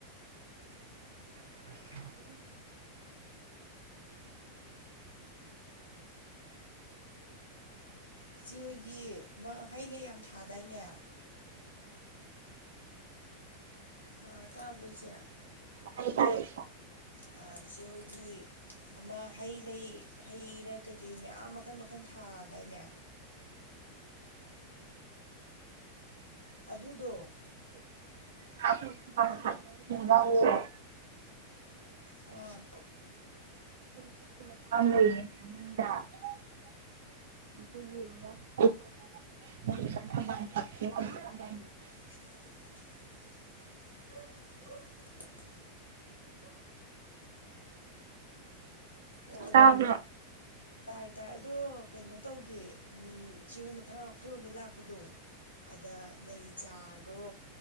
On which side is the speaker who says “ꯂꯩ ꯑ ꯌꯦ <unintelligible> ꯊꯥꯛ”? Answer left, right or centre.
Right